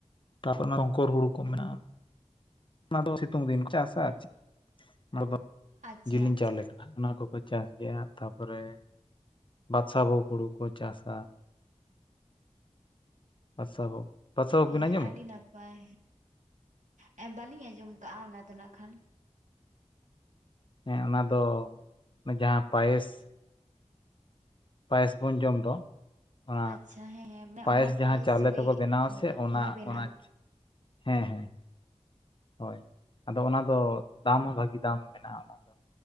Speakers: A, on the left (about 45°); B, on the right (about 85°).
A: ᱛᱟᱨᱯᱚᱨ ᱚᱱᱟ ᱨᱚᱝᱠᱚᱨ ᱦᱳᱲᱳ ᱠᱚ ᱢᱮᱱᱟᱜᱼᱟ ᱚᱱᱟ ᱫᱚ ᱥᱤᱛᱩᱝ ᱫᱤᱱ ᱪᱟᱥᱟ <unintelligible> ᱟᱨ ᱪᱤ ᱚᱱᱟ ᱫᱚ
B: ᱟᱪᱪᱷᱟ
A: ᱡᱤᱞᱮᱧ
B: ᱟᱪᱪᱷᱟ
A: ᱪᱟᱣᱞᱮ ᱠᱟᱱᱟ ᱚᱱᱟ ᱠᱚᱠᱚ ᱪᱟᱥ ᱜᱮᱭᱟ ᱛᱟᱯᱚᱨᱮ <unintelligible> ᱵᱷᱳᱜᱽ ᱦᱳᱲᱳ ᱠᱚ ᱪᱟᱥᱟ <unintelligible> ᱵᱟᱫᱥᱟ ᱵᱷᱳᱜᱽ
B: ᱦᱮᱸ
A: ᱵᱤᱱ ᱟᱸᱡᱚᱢ
B: ᱟᱹᱰᱤ
A: ᱟᱠᱟᱫᱟ
B: ᱱᱟᱯᱟᱭ ᱵᱟᱭ ᱦᱮᱸ ᱵᱟᱹᱞᱤᱧ ᱟᱸᱡᱚᱢ ᱟᱠᱟᱜᱼᱟ ᱚᱱᱟ ᱫᱚ ᱱᱟᱜ ᱠᱷᱟᱱ
A: ᱦᱮᱸ ᱚᱱᱟ ᱫᱚ ᱡᱟᱦᱟᱸ ᱯᱟᱭᱮᱥ ᱯᱟᱭᱮᱥ ᱵᱚᱱ ᱡᱚᱢ ᱫᱚ ᱚᱱᱟ
B: ᱟᱪᱪᱷᱟ ᱦᱮᱸ ᱦᱮᱸ
A: ᱯᱟᱭᱮᱥ
B: ᱚᱱᱟ
A: ᱡᱟᱦᱟᱸ ᱪᱟᱣᱞᱮ
B: ᱪᱚᱞᱮ
A: ᱛᱮᱵᱚ ᱵᱮᱱᱟᱣᱟ
B: ᱦᱳᱭ
A: ᱥᱮ ᱚᱱᱟ
B: ᱵᱮᱱᱟᱜᱼᱟ
A: ᱚᱱᱟᱡᱽ ᱦᱮᱸ ᱦᱮᱸ ᱦᱳᱭ ᱟᱫᱚ ᱚᱱᱟ ᱫᱚ ᱫᱟᱢ ᱦᱚᱸ ᱵᱷᱟᱹᱜᱤ ᱫᱟᱢ ᱢᱮᱱᱟᱜᱼᱟ ᱚᱱᱟ ᱫᱚ